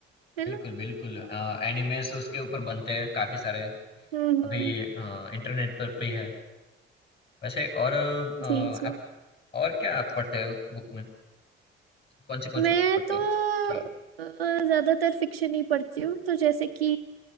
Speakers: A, on the right; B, on the left.
A: है
B: बिल्कुल
A: ना
B: बिल्कुल एनिमेस उसके ऊपर बनते हैं काफी सारे
A: हम्म
B: अभी
A: हम्म
B: अ, इंटरनेट पर भी है वैसे और अ,
A: जी जी
B: आप और क्या आप पढ़ते हो बुक में कौन सी कौन
A: मैं
B: सी बुक पढ़ते
A: तो
B: हो जी
A: अ, ज्यादातर फिक्शन ही पढ़ती हूँ तो जैसे कि